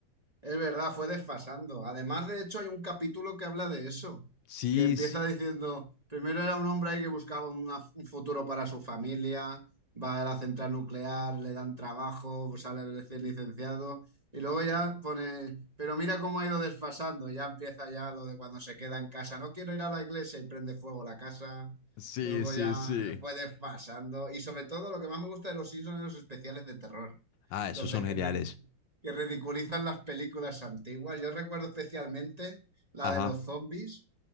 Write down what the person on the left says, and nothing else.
Sí,
sí,
sí,
sí,
sí.
Ah, esos
son
geniales.
Ajá.